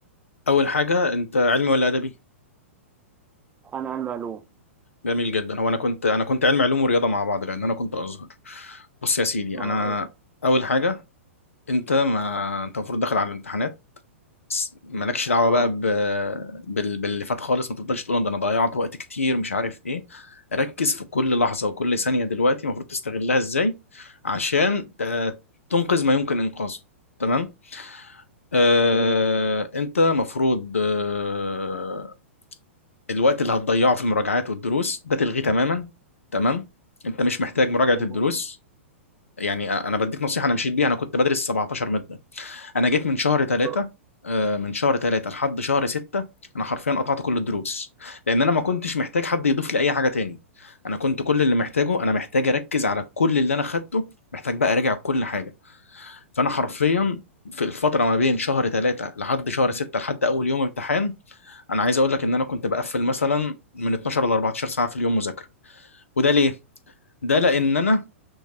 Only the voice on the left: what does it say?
أول حاجة أنت علمي ولا أدبي؟
جميل جدا هو أنا كنت أنا كنت علمي علوم ورياضة مع بعض لأن أنا كنت أزهر بص يا سيدي
أنا أول حاجة أنت ما أنت المفروض داخل على الامتحانات بس مالكش
دعوة بقى
ب... بال... باللي فات خالص ما تفضلش تقول ده أنا ضيعت وقت كتير مش عارف إيه ركز في كل لحظة وكل ثانية دلوقتي المفروض تستغلها إزاي عشان ت... تنقذ ما يمكن إنقاذه تمام آه،
انت مفروض آه، الوقت اللي هتضيعه في المراجعات والدروس ده تلغيه تماما تمام انت مش محتاج مراجعة
الدروس يعني انا بديك نصيحة انا مشيت بيها انا كنت بدرس 17 مادة انا جيت من شهر ثلاثة
من شهر ثلاثة لحد شهر ستة انا حرفيا قطعت كل الدروس لان انا ما كنتش محتاج حد يضيف لي اي حاجة تاني انا كنت كل اللي محتاجه انا محتاج اركز على كل اللي انا خدته محتاج بقى اراجع كل حاجة فانا حرفيا في الفتره ما بين شهر ثلاثة لحد شهر ستة لحد اول يوم امتحان انا عايز اقول لك ان انا كنت بقفل مثلا من 12 ل 14 ساعه في اليوم مذاكره وده ليه ده لان انا